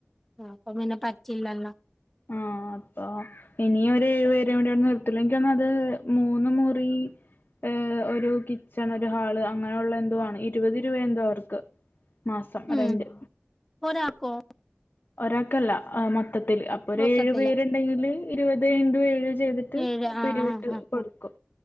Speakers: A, in the centre; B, on the left (about 50°).
A: ആ അപ്പൊ പിന്നെ പറ്റില്ലല്ലോ?
B: ആഹ് അപ്പൊ ഇനിയൊര് ഏഴുപേരെ കൂടി അവിടെ നിർത്തില്ല എനിക്കൊന്നുന്നു അത് മൂന്ന് മുറി ഏ ഒരു കിച്ചൺ ഒരു ഹാള് അങ്ങനെയു ള്ള എന്തോ ആണ് ഇരുപത് രൂപ എന്തോ അവർക്ക് മാസം
A: ഉം
B: റെന്റ്
A: ഒരാക്കോ
B: ഒരാക്കല്ല അ മൊത്തത്തില് അപ്പൊ ഒരു
A: മൊത്തത്തില്
B: ഏഴു പേരുണ്ടെങ്കില് ഇരുപതെ ഇന്റു ഏഴ് ചെയ്തിട്ട്
A: ഏത്
B: പിരിവിട്ട്
A: ആ ആ ആഹ്
B: കൊടുക്കും